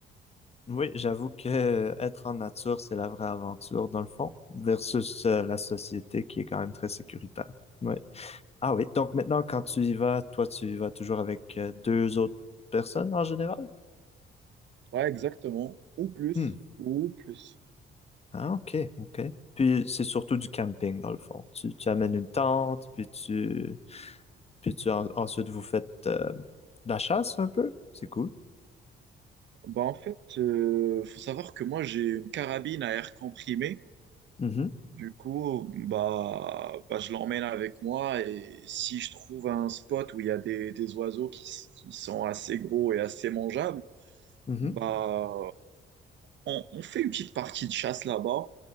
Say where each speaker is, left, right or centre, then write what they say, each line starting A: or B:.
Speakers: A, on the left; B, on the right.
A: Oui, j'avoue que euh, être en nature, c'est la vraie aventure dans le fond, versus euh, la société qui est quand même très sécuritaire. Oui. Ah oui, donc maintenant, quand tu y vas, toi, tu y vas toujours avec euh, deux autres personnes en général?
B: Ouais, exactement. Ou plus,
A: Hmm.
B: ou plus.
A: Ah, ok, ok. Puis c'est surtout du camping, dans le fond. Tu, tu amènes une tente, puis tu, puis tu en- ensuite vous faites euh, de la chasse un peu. C'est cool.
B: Bah en fait, euh, faut savoir que moi j'ai une carabine à air comprimé.
A: Mhm,
B: Du coup, bah, bah je l'emmène avec moi et si je trouve un spot où il y a des, des oiseaux qui, s- qui sont assez gros et assez mangeables,
A: mhm,
B: bah on, on fait une petite partie de chasse là-bas.